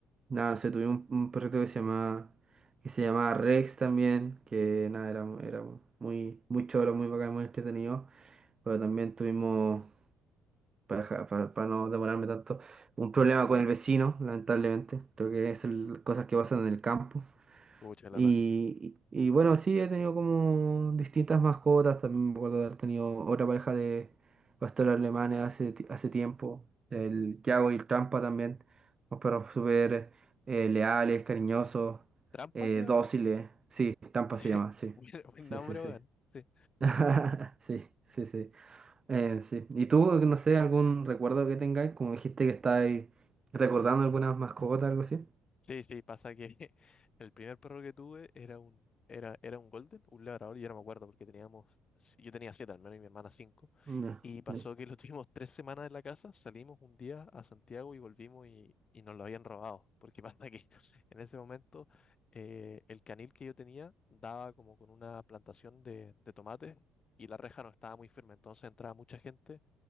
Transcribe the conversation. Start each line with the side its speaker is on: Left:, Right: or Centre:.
Right: Nada, no sé, tuve un, un perrito que se llama. Que se llamaba Rex también. Que nada, era, era muy, muy choro, muy bacán, muy entretenido. Pero también tuvimos. Para, para, para no demorarme tanto. Un problema con el vecino, lamentablemente. Creo que es el- cosas que pasan en el campo.
Left: Pucha, lata.
Right: Y, y- bueno, sí, he tenido como distintas mascotas. También me acuerdo de haber tenido otra pareja de pastores alemanes hace, ti- hace tiempo. El Yago y el Trampa también. Unos perros súper eh, leales, cariñosos,
Left: ¿Trampa
Right: eh,
Left: se llama?
Right: dóciles.
Left: <laughs>
Right: Sí, Trampa
Left: Sí.
Right: se llama, sí.
Left: Buen, buen
Right: Sí,
Left: nombre,
Right: sí, sí.
Left: weón. sí.
Right: <laughs> Sí, sí, sí. Eh, sí. ¿Y tú, no sé, algún recuerdo que tengáis? Como dijiste que estáis recordando algunas mascotas, algo así.
Left: Sí, sí, pasa que <laughs> el primer perro que tuve era un, era, era un Golden, un labrador, y ya no me acuerdo porque teníamos, si- yo tenía siete al menos y mi hermana cinco,
Right: No,
Left: y pasó
Right: no.
Left: que lo <laughs> tuvimos tres semanas en la casa, salimos un día a Santiago y volvimos y, y nos lo habían robado, porque pasa que <laughs> en ese momento eh, el canil que yo tenía daba como con una plantación de, de tomates y la reja no estaba muy firme, entonces entraba mucha gente